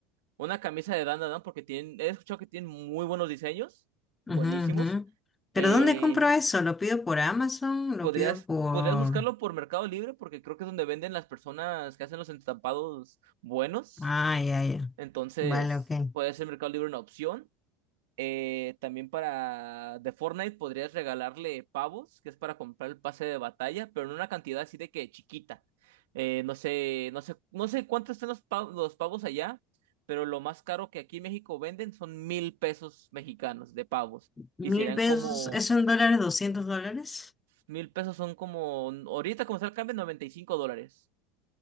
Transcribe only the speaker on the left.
Ujú, ujú. Pero
¿dónde compro eso? ¿Lo pido por Amazon?
¿Lo pido por...?
Ah, ya, ya.
Vale, ok.
Mil
pesos,
¿eso en dólares? doscientos dólares?